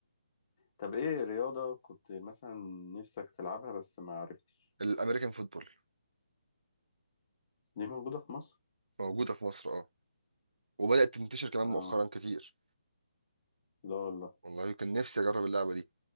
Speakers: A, on the left; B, on the right.
A: طب ايه رياضه كنت مثلا نفسك تلعبها بس ما عرفتش
B: الأمريكان فوتبول
A: دي موجوده في مصر
B: موجودة في مصر أه وبدأت تنتشر كمان
A: اه
B: مؤخرا كتير
A: لا والله
B: والله كان نفسي أجرب اللعبة دي